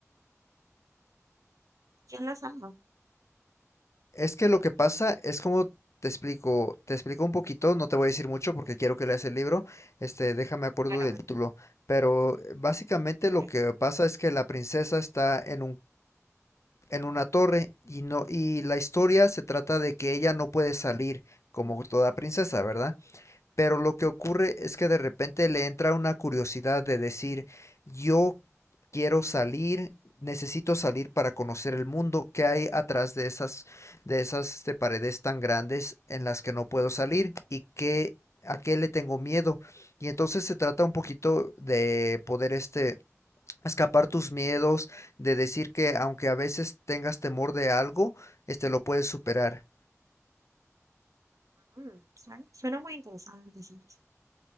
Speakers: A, on the right (about 85°); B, on the left (about 60°).
A: ¿Quién la salva?
B: Es que lo que pasa es como te explico, te explico un poquito, no te voy a decir mucho porque quiero que leas el libro, este, déjame acuerdo
A: Bueno,
B: del
A: bueno,
B: título, pero eh, básicamente lo
A: ya-
B: que pasa es que la princesa está en un, en una torre y no, y la historia se trata de que ella no puede salir como toda princesa, ¿verdad? Pero lo que ocurre es que de repente le entra una curiosidad de decir, yo quiero salir, necesito salir para conocer el mundo que hay atrás de esas, de esas este, paredes tan grandes en las que no puedo salir y que, a qué le tengo miedo. Y entonces se trata un poquito de poder este, escapar tus miedos, de decir que aunque a veces tengas temor de algo, este lo puedes superar.
A: mm, suena, suena muy interesante, ¿sabes?